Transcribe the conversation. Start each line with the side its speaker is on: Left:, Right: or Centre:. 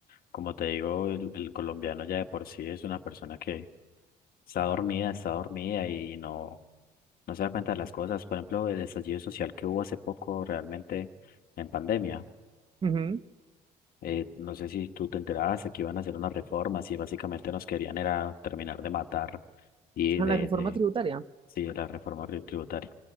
Left: como te digo, el, el colombiano ya de por sí es una persona que está dormida, está dormida y no, no se da cuenta de las cosas. Por ejemplo, el estallido social que hubo hace poco realmente en pandemia.
Right: ujú,
Left: Eh, no sé si tú te enteraste que iban a hacer unas reformas y básicamente nos querían era terminar de matar y de,
Right: A la reforma
Left: de,
Right: tributaria,
Left: sí, de la reforma ri- tributaria.